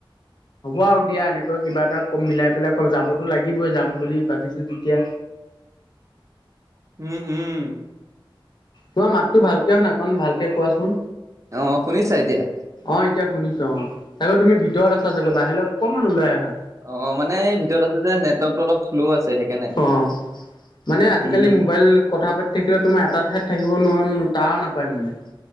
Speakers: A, on the left (about 55°); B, on the right (about 35°).
A: হ'ব আৰু দিয়া এনেকৈ কিবা এটা কম মিলাই পেলাই কম। যাবতো লাগিবই যাম বুলি ভাবিছো যেতিয়া।
B: উম উম
A: তোমাৰ মাততো ভালকে অহা নাই অকণ ভালকে কোৱাচোন
B: অ' শুনিছা এতিয়া
A: অ এতিয়া শুনিছো অ চাগে তুমি ভিতৰত আছা চাগত বাহিলে অকণমান ওলাই অহা
B: অ' মানে ভিতৰত আছো যে নেটৱৰ্কটো অলপ শ্ল' আছে সেইকাৰণে
A: অ মানে আজিকালি
B: উম উম।
A: মোবাইল কথা পাতি থাকিলে তোমাৰ এটা ঠাইত থাকিব নোৱাৰ টাৱাৰ নাপায় মানে।